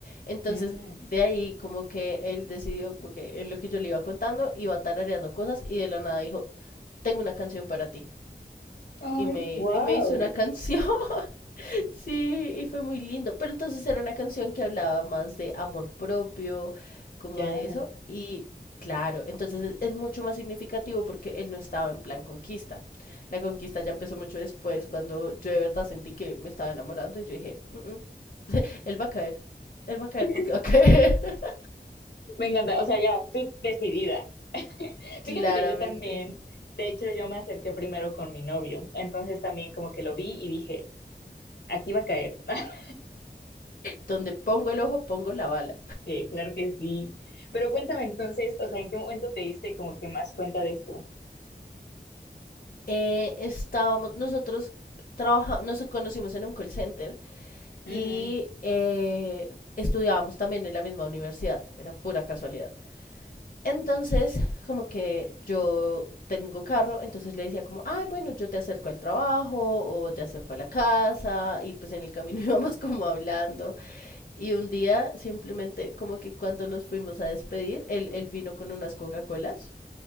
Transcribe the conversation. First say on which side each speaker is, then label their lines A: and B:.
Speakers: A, on the left; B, on the left.
A: Entonces,
B: mm.
A: de ahí como que él decidió como que en lo que yo le iba contando iba tarareando cosas y de la nada dijo, tengo una canción para ti.
B: Ay,
A: Y me,
B: wow.
A: y me hizo una <laughs> canción Sí, y fue muy lindo. Pero entonces era una canción que hablaba más de amor propio, como
B: Ya.
A: de eso. Y claro, entonces es, es mucho más significativo porque él no estaba en plan conquista. La conquista ya empezó mucho después, cuando yo de verdad sentí que me estaba enamorando y yo dije, "Mm, mm, él va a caer, él va a caer
B: <laughs>
A: porque va a caer. <laughs>
B: Me encanta. O sea, ya, tú decidida. <laughs>
A: Claramente.
B: Fíjate que yo también, de hecho, yo me acerqué primero con mi novio. Entonces también como que lo vi y dije, aquí va a caer. <laughs>
A: Donde pongo el ojo, pongo la bala.
B: Eh, claro que sí. Pero cuéntame entonces, o sea, ¿en qué momento te diste como que más cuenta de esto?
A: Eh, estábamos, nosotros trabajamos, nos conocimos en un call center.
B: Mm,
A: y eh, estudiábamos también en la misma universidad, era pura casualidad. Entonces, como que yo tengo carro, entonces le decía como, ay, bueno, yo te acerco al trabajo o te acerco a la casa y pues en el camino <laughs> íbamos como hablando y un día simplemente como que cuando nos fuimos a despedir, él, él vino con unas Coca-Colas.